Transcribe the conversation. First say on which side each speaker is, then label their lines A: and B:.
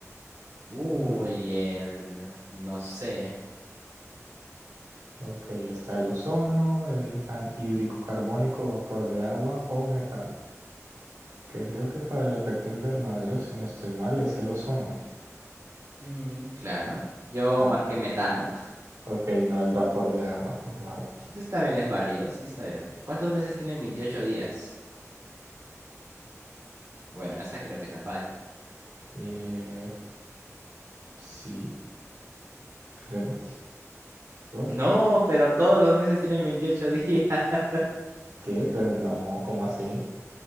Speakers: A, on the right; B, on the right.
A: Uy,
B: Mm,
A: el... No sé.
B: ok, está el ozono, el anhídrico carbónico, vapor de agua o metano. Creo que para el efecto invernadero, si no estoy mal, es el ozono.
A: Mm, claro. Yo
B: Ah,
A: marqué metano.
B: ok, no es vapor de agua. Wow.
A: Entonces también es válido, sí, está bien. ¿Cuántos meses tienen 28 días? Bueno, esa creo que está fácil.
B: Eh, sí, creo. What?
A: No, pero todos los meses tienen 28 días. <laughs>
B: ¿Qué? Pero no, ¿cómo así?